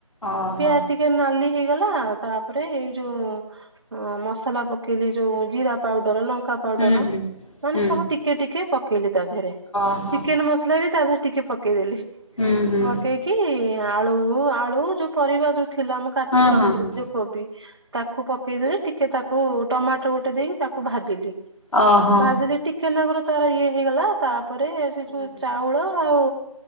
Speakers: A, on the left; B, on the right.
A: ଓହୋ
B: ପିଆଟି- ଟିକେ ନାଲି ହେଇଗଲା, ତାପରେ ଏଇ ଯୋଉ ଅ ମ ସଲା ପକେଇଲି, ଯୋଉ ଜିରା ପାଉଡର, ଲଙ୍କା ପାଉଡର,
A: ହୁଁ ହୁଁ
B: ମାନେ
A: ହୁଁ
B: ସବୁ ଟିକେ ଟିକେ ପକେଇଲି। ତା ଦେହରେ
A: ଓହୋ
B: ଚିକେନ୍ ମସଲା ବି ତା ଦେହରେ ଟିକେ ପ କେଇଦଲି।
A: ହୁଁ ହୁଁ
B: ପକେଇକି ଆଳୁ ଆଳୁ ଯୋଉ ପରିବା ଯୋଉ ଥିଲା ଆମ କାଟିକି
A: ହଁ
B: ରଖିଥିଲି
A: ହଁ ହଁ
B: ଯୋଉ କୋବି, ତାକୁ ପକେଇଦେଲେ ଟିକେ ତା କୁ ଟମାଟୋ ଗୋଟେ ଦେଇକି ତାକୁ ଭାଜିଲି,
A: ଓହୋ
B: ଭାଜିଲି ଟିକେ ନାକରୁ ତାର ଇଏ ହେଇଗଲା, ତାପରେ
A: ହୁଁ
B: ସେ ଯୋଉ
A: ହୁଁ
B: ଚାଉଳ ଆଉ